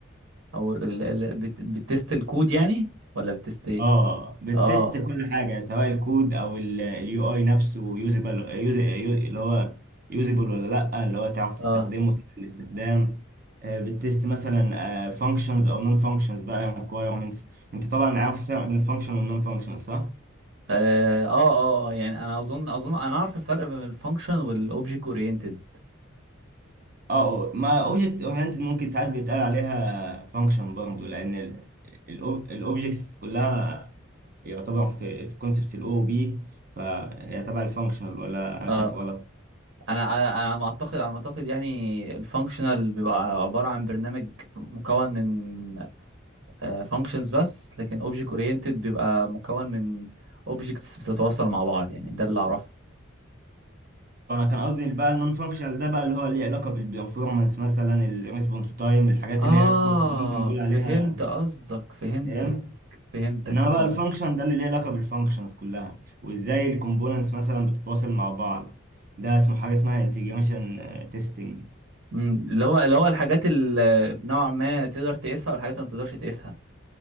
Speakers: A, on the right (about 80°); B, on the right (about 45°).
A: او ال... ال... بت... بتست الكود يعني ولا بتست ايه
B: اه بتست
A: اه
B: كل حاجة سواء الكود أو اليو أي نفسه يوزبل اللي هو يوزبل ولا لأ اللي هو تعرف تستخدمه
A: اه
B: سهل الاستخدام آه، بتست مثلا فانكشنز أو نون فانكشنز بقى requirements أنت طبعا عارف الفرق بين الفانكشن والنون فانكشن صح؟
A: اه اه اه آه، يعني انا اظن اظن انا اعرف الفرق بين الفانكشن والاوبجكت اورينتد
B: اه ما اوبجكت اورينتد ممكن ساعات بيتقال عليها فانكشن برضه لان الاوبجكتس كلها يعتبر في في كونسبت الاو بي فهي تبع الفانكشنال ولا انا
A: اه
B: شايف غلط
A: انا انا أنا ما اعتقد على ما اعتقد يعني الفانكشنال بيبقى عباره عن برنامج مكون من فانكشنز بس لكن اوبجكت اورينتد بيبقى مكون من اوبجكتس بتتواصل مع بعض يعني ده اللي اعرفه
B: انا كان قصدي بقى النون فانكشنال ده بقى اللي هو ليه علاقه بالبرفورمانس مثلا الريسبونس تايم الحاجات
A: اه
B: اللي هي كو- ممكن نقول
A: فهمت
B: عليها
A: قصدك فهمتك
B: فاهم
A: فهمتك
B: انما بقى
A: اه
B: الفانكشن ده اللي ليه علاقه بالفانكشنز كلها وازاي الكومبوننتس مثلا بتتواصل مع بعض ده اسمه حاجه اسمها انتجريشن تيستنج
A: أمم، اللي هو اللي هو الحاجات اللي نوعا ما تقدر تقيسها والحاجات اللي ما تقدرش تقيسها